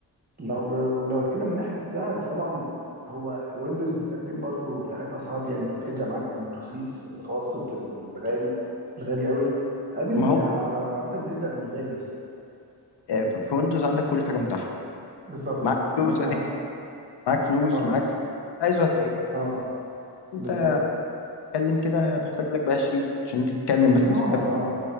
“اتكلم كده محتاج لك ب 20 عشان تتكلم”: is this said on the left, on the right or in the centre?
Left